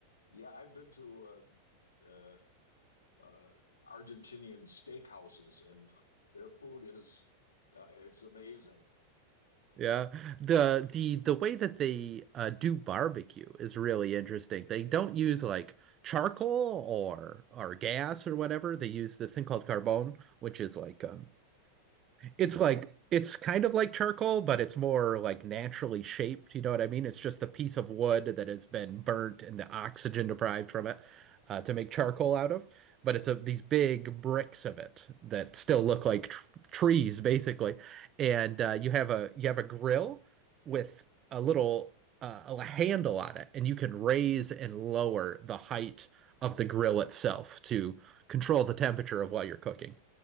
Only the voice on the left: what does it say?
yeah. I've been to uh, uh, uh, Argentinian steakhouses, and their food is uh, it's amazing.